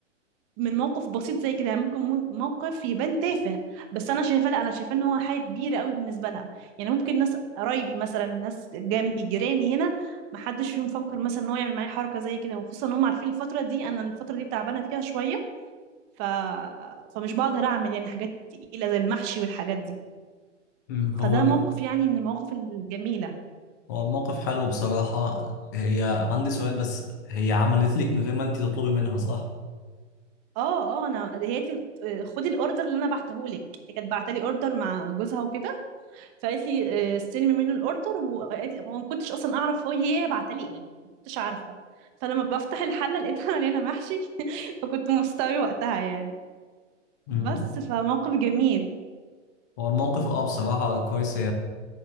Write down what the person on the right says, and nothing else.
من موقف بسيط زي كده يعني ممكن مو- موقف يبان تافه بس انا شايفاه لا انا شايفاه ان هو حاجه كبيره قوي بالنسبه لها يعني ممكن ناس قرايبي مثلا ناس جنبي جيراني هنا ما حدش فيهم فكر مثلا ان هو يعمل معايا حركه زي كده وخصوصا ان هم عارفين الفتره دي انا الفتره دي تعبانه فيها شويه ف... فمش بقدر اعمل يعني حاجات تقيله زي المحشي والحاجات دي
فده
موقف يعني من المواقف الجميله
اه اه انا هي قالت لي خدي الاوردر اللي انا بعتهولك هي كانت بعتلي اوردر مع جوزها وكده فقالت لي آه، استلمي منه الاوردر وقالت لي- وما كنتش اصلا اعرف هو هي بعتها لي ايه ما كنتش عارفه فلما بفتح الحله لقيتها مليانه محشي <laughs> فكنت مبسوطه قوي وقتها يعني
بس فموقف جميل